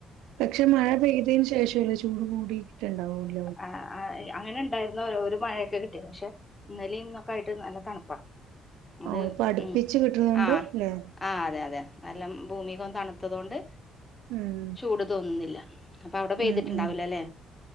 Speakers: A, on the right; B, on the left.
A: പക്ഷെ മഴ പെയ്തേന് ശേഷം ല്ലേ ചൂട് കൂടിട്ടുണ്ടാവുവല്ലൊ
B: ആഹ് അഹ് അഹ് അങ്ങനെ ഉണ്ടായിരുന്നു ഒരു മഴയൊക്കെ കിട്ടിയ പക്ഷെ ഇന്നലെ ഇന്നൊക്കെ ആയിട്ട് നല്ല തണുപ്പാ അത്
A: ആഹ് ഇപ്പൊ അടുപ്പിച്ച്
B: ഉം
A: കിട്ടുന്നോണ്ട്
B: അഹ്
A: ല്ലേ
B: ആഹ് അതെ അതെ നല്ലാം ഭൂമി കൊ തണുത്തത് കൊണ്ട്
A: ഉം
B: ചൂട് തോന്നുന്നില്ല അപ്പൊ അവിടെ പെയ്തിട്ടുണ്ടാവൂല
A: ഉം ഉം
B: അല്ലെ